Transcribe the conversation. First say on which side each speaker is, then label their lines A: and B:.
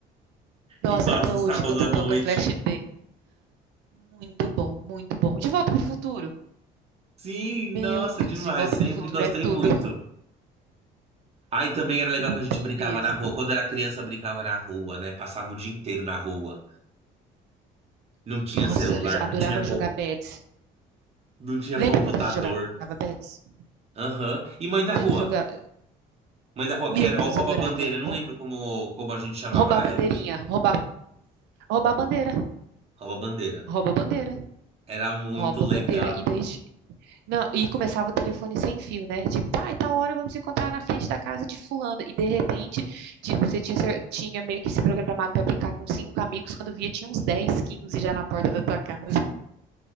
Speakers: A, on the right; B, on the right.
A: nossa,
B: Embalos
A: até
B: de
A: hoje
B: sábado
A: quando
B: à
A: toca
B: noite.
A: Flashdance, muito bom, muito bom. De Volta para o Futuro.
B: Sim,
A: Meu
B: nossa,
A: Deus,
B: demais,
A: De Volta
B: sempre
A: para o Futuro
B: gostei
A: é tudo,
B: muito. Aí também era legal
A: muito
B: que a gente brincava
A: mesmo.
B: na rua. Quando era criança, brincava na rua, né? Passava o dia inteiro na rua. Não tinha
A: Nossa,
B: celular,
A: eu adorava
B: não tinha
A: jogar pets.
B: Não tinha
A: Lembra
B: computador.
A: quando a gente jogava pets?
B: Aham. E Mãe da
A: Lembra
B: Rua.
A: jogar?
B: Mãe da Rua,
A: Meu
B: que era
A: Deus,
B: o rouba-bandeira.
A: adorava.
B: Não
A: Rou-
B: lembro como, como a gente chamava
A: roubar
B: na
A: bandeirinha,
B: época.
A: roubar, roubar bandeira,
B: Rouba-bandeira.
A: rouba bandeira,
B: Era muito
A: rouba
B: legal.
A: bandeira e daí Não, e começava o telefone sem fio, né? Tipo, ah, e tal hora vamos encontrar na frente da casa de fulano. E de repente, tipo, você tinha, cer- tinha meio que se programado pra brincar com cinco amigos, quando via tinha uns 10, 15 já na porta da tua casa. <laughs>